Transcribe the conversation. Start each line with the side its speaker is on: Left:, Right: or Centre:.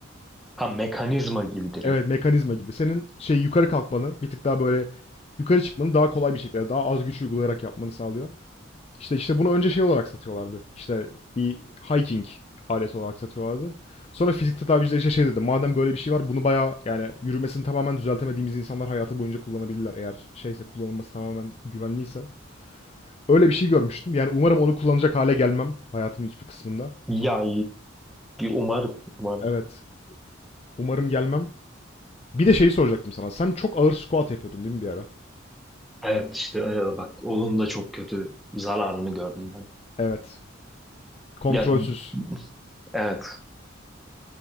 Centre: Ha mekanizma gibi direkt.
Left: Evet, mekanizma gibi. Senin şey yukarı kalkmanı, bir tık daha böyle yukarı çıkmanı daha kolay bir şekilde, daha az güç uygulayarak yapmanı sağlıyor. İşte işte bunu önce şey olarak satıyorlardı. İşte bir hiking aleti olarak satıyorlardı. Sonra fizik tedaviciler işte şey dedi. Madem böyle bir şey var bunu bayağı yani yürümesini tamamen düzeltemediğimiz insanlar hayatı boyunca kullanabilirler. Eğer şeyse kullanılması tamamen güvenliyse. Öyle bir şey görmüştüm. Yani umarım onu kullanacak hale gelmem hayatımın hiçbir kısmında.
Centre: Ya umarım, umarım.
Left: Evet. Umarım gelmem. Bir de şeyi soracaktım sana. Sen çok ağır squat yapıyordun değil mi bir ara?
Centre: Evet işte e, bak onun da çok kötü zararını gördüm ben.
Left: Evet. Kontrolsüz.
Centre: Ya evet